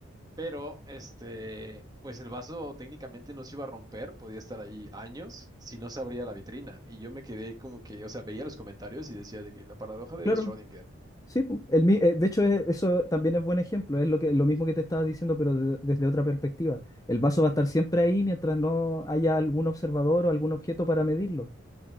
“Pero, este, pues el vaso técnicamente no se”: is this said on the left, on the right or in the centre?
Right